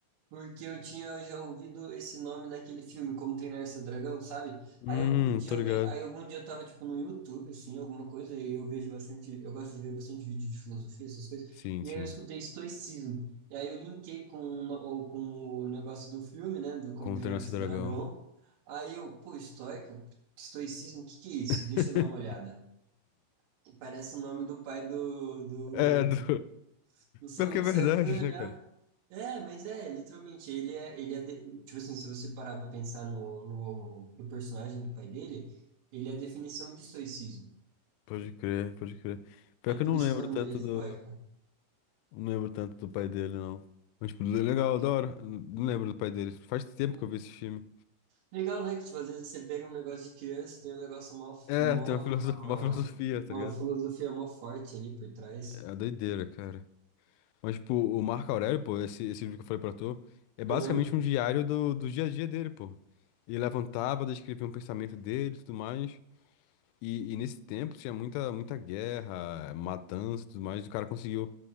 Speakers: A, on the right; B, on the left.
A: Porque eu tinha já ouvido esse nome naquele filme, Como Treinar Seu Dragão, sabe?
B: Hum,
A: Aí algum dia
B: tô
A: alguém,
B: ligado.
A: aí algum dia eu tava tipo no YouTube, assim, alguma coisa, e eu vejo bastante, eu gosto de ver bastante vídeo de filosofia, essas coisas.
B: Sim,
A: E
B: sim.
A: aí eu escutei estoicismo. E aí eu linkei com, o no- ou com o negócio do filme, né, do Como
B: Como
A: Treinar
B: treinar
A: Seu
B: seu dragão.
A: Dragão. Aí eu, pô, estoico, estoicismo, o que que é isso?
B: <laughs>
A: Deixa eu dar uma olhada. E parece o nome do pai do do,
B: É, do...
A: do Soluço.
B: Pior que é verdade,
A: Aí eu fui olhar.
B: né, cara?
A: É, mas é, literalmente, ele é, ele é, de- tipo assim, se você parar pra pensar no, no, no personagem do pai dele, ele é a definição de estoicismo.
B: Pode crer, pode crer. Pior
A: É
B: que
A: por
B: eu não
A: isso
B: lembro
A: que o nome
B: tanto
A: dele é Estoica.
B: do. Não lembro tanto do pai dele, não. Mas, tipo, legal, da hora. N- Não lembro do pai dele. Faz tempo
A: Hum,
B: que eu vi esse filme.
A: Legal, né? Que, tipo, às vezes você pega um negócio de criança, tem um negócio mó,
B: É,
A: mó,
B: tem uma filosofia, uma filosofia, tá
A: uma
B: ligado?
A: filosofia mó forte ali por trás.
B: É doideira, cara. Mas, tipo, o Marco Aurélio, pô, esse, esse livro que eu falei pra tu, é basicamente
A: Aham,
B: um diário do, do dia a dia dele, pô. Ele levantava, descrevia um pensamento dele e tudo mais. E, e nesse tempo tinha muita, muita guerra, matança e tudo mais, e o cara conseguiu